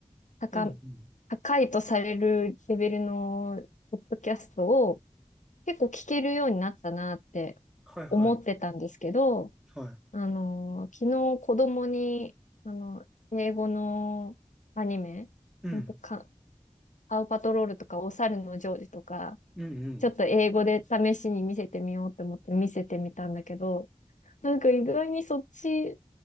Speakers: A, on the left (about 85°); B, in the centre.
A: 高、
B: うんうん。
A: 高いとされるレベルの、ポッドキャストを、結構聞けるようになったなって
B: はいはい。
A: 思ってたんですけど、
B: は
A: あの、昨日子供に、あの、英語のアニメ、
B: い。うん。
A: ほんとか、パウパトロールとか、お猿のジョージとか、
B: うん
A: ちょっと英語で試しに見せてみようと思って見せてみたんだけど、なんか意外にそっち